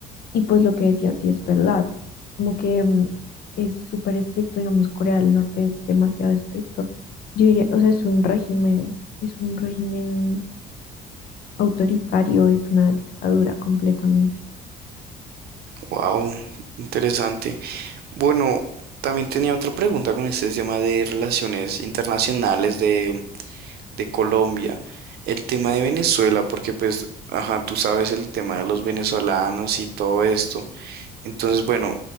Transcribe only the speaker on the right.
Wow, interesante. Bueno, también tenía otra pregunta con este tema de relaciones internacionales, de de Colombia. El tema de Venezuela, porque pues, ajá, tú sabes el tema de los venezolanos y todo esto. Entonces, bueno,